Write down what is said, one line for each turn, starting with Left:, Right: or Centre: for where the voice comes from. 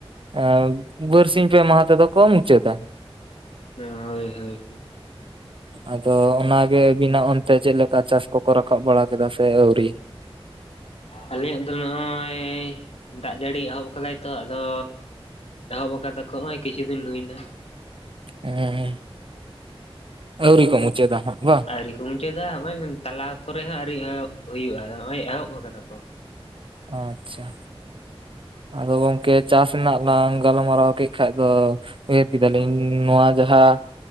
Right: ᱮ ᱵᱟᱨᱥᱤᱧ ᱯᱮ ᱢᱟᱦᱟ ᱛᱮ ᱫᱚ ᱠᱚ ᱢᱩᱪᱟᱹᱫᱟ᱾
Left: ᱦᱳᱭ ᱦᱳᱭ
Right: ᱟᱫᱚ ᱚᱱᱟ ᱜᱮ ᱟᱹᱵᱤ ᱱᱟᱜ ᱚᱱᱛᱮ ᱪᱮᱫ ᱞᱮᱠᱟ ᱪᱟᱥ ᱠᱚ ᱠᱚ ᱨᱟᱠᱟᱵ ᱵᱟᱲᱟ ᱠᱮᱫᱟ ᱥᱮ ᱟᱣᱨᱤ?
Left: ᱟᱞᱮ ᱭᱟᱜ ᱫᱚ ᱱᱚᱜᱼᱚᱭ ᱫᱟᱜ ᱡᱟᱹᱲᱤ ᱮᱦᱚᱵ ᱠᱟᱫᱟᱭ ᱛᱚ ᱟᱫᱚ ᱮᱦᱚᱵ ᱟᱠᱟᱫᱟ ᱠᱚ ᱱᱚᱜᱼᱚᱭ ᱠᱤᱪᱷᱩ ᱫᱤᱱ ᱦᱩᱭ ᱱᱟ᱾
Right: ᱦᱩᱸ ᱟᱣᱨᱤ ᱠᱚ ᱢᱩᱪᱚᱫ ᱟ ᱵᱟᱝ
Left: ᱟᱹᱣᱨᱤ ᱠᱚ ᱢᱩᱪᱟᱹᱫᱟ ᱱᱚᱜᱚᱭ ᱛᱟᱞᱟ ᱠᱚ ᱨᱮ ᱦᱚᱸ ᱟᱹᱣᱤᱭ ᱮᱦᱚᱵ ᱦᱩᱭᱩᱜᱼᱟ ᱱᱚᱜ ᱚᱚᱭ ᱮᱦᱚᱵ ᱟᱠᱟᱫᱟ ᱠᱚ᱾
Right: ᱟᱪᱪᱷᱟ ᱟᱫᱚ ᱜᱚᱝᱠᱮ ᱪᱟᱥ ᱨᱮᱱᱟᱜ ᱞᱟᱝ ᱜᱟᱞ ᱢᱟᱨᱟᱣ ᱠᱮᱫ ᱠᱷᱟ ᱫᱚ ᱩᱭᱦᱟᱹᱨ ᱠᱮᱫᱟ ᱞᱤᱧ ᱱᱚᱣᱟ ᱡᱟᱦᱟᱸ